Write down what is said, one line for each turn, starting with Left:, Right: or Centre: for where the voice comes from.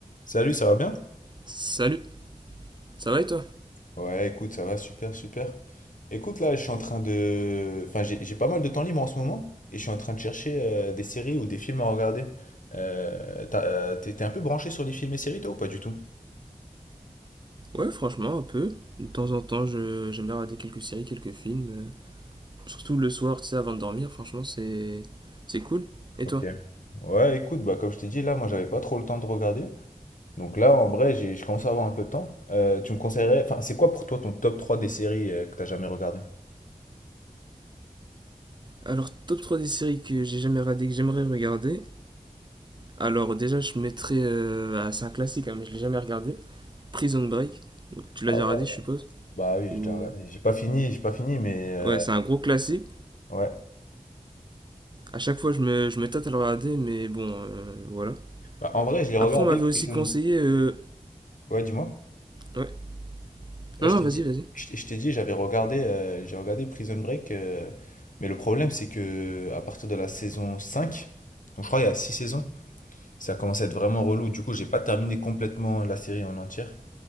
Left: Salut, ça va bien?
Right: Salut, ça va et toi?
Left: Ouais, écoute, ça va super, super. Écoute, là, je suis en train de... Enfin, j'ai j'ai pas mal de temps libre en ce moment et je suis en train de chercher euh, des séries ou des films à regarder. Euh, t'as- euh, t'es t'es un peu branché sur les films et séries, toi, ou pas du tout?
Right: Ouais, franchement, un peu. De temps en temps, je, j'aime bien regarder quelques séries, quelques films. euh, surtout le soir, tu sais, avant de dormir, franchement, c'est, c'est cool. Et
Left: Ok.
Right: toi?
Left: Ouais, écoute, bah, comme je t'ai dit, là, moi, j'avais pas trop le temps de regarder. Donc là, en vrai, j'ai, je commence à avoir un peu de temps. Euh, tu me conseillerais... Enfin, c'est quoi pour toi ton top 3 des séries euh, que t'as jamais regardé?
Right: Alors, top 3 des séries que j'ai jamais regardé, que j'aimerais regarder. Alors, déjà, je mettrais. euh, ah, c'est un classique, hein, mais je l'ai jamais regardé. Prison Break. Donc, tu l'as
Left: Ah
Right: déjà
Left: ouais,
Right: regardé, je suppose?
Left: bah oui, j'ai
Right: Ou...
Left: déjà regardé. J'ai pas fini, j'ai pas fini, mais... euh,
Right: Ouais, c'est un gros classique.
Left: Ouais.
Right: À chaque fois, je me, je me tâte à le regarder, mais bon, euh, voilà.
Left: Bah, en vrai, je l'ai regardé,
Right: Après, on m'avait
Left: Prison...
Right: aussi conseillé. euh,
Left: Ouais, dis-moi.
Right: Ouais.
Left: Ouais,
Right: Non,
Left: je
Right: non,
Left: t'ai
Right: vas-y,
Left: dit,
Right: vas-y.
Left: je t'ai je t'ai dit, j'avais regardé, euh, j'ai regardé Prison Break, euh, mais le problème c'est que à partir de la saison 5, donc je crois qu'il y a 6 saisons, ça a commencé à être vraiment relou. Du coup, j'ai pas terminé complètement la série en entière.